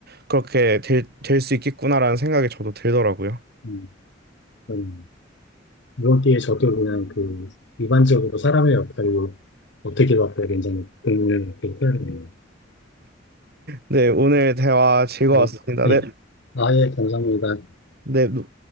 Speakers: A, on the right (about 55°); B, on the left (about 65°).
A: 그렇게 될, 될 수 있겠구나라는 생각이 저도 들더라고요.
B: 음, 음. 이번 기회에 저도 그냥 그 일반적으로 사람의 역할을 어떻게 바꿔야 되는지 고민을 이렇게 해야 되네요.
A: 네, 오늘 대화 즐거웠습니다.
B: 예, 예.
A: 네,
B: 아, 예, 감사합니다.
A: 네,